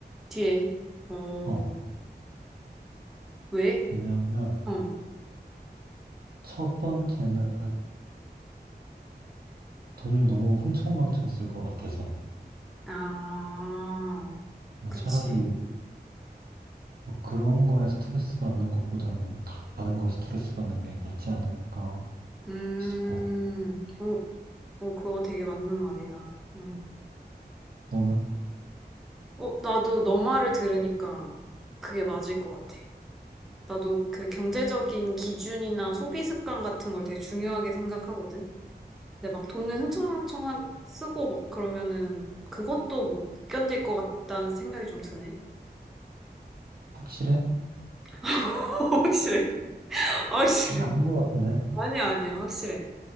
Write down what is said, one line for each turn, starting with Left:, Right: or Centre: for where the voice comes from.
Centre: 뒤에. 어,
Right: 어.
Centre: 왜?
Right: 왜냐하면
Centre: 어.
Right: 첫 번째는 돈을 너무 흥청망청 쓸 것 같아서.
Centre: 아,
Right: 뭐
Centre: 그치.
Right: 차라리 뭐 그런 거에 스트레스 받는 것보다는 다- 다른 거에 스트레스 받는 게 낫지 않을까
Centre: 음,
Right: 싶어.
Centre: 어, 어, 그거 되게 맞는 말이다. 음.
Right: 너는?
Centre: 어, 나도 너 말을 들으니까 그게 맞을 것 같아. 나도 그 경제적인 기준이나 소비 습관 같은 걸 되게 중요하게 생각하거든. 근데 막 돈을 흥청망청 하- 쓰고 막 그러면은 그것도 못 견딜 것 같다는 생각이 좀 드네.
Right: 확실해?
Centre: <laughs> 확실해. 확실해.
Right: 네, 아닌 것 같은데?
Centre: 아니야, 아니야. 확실해.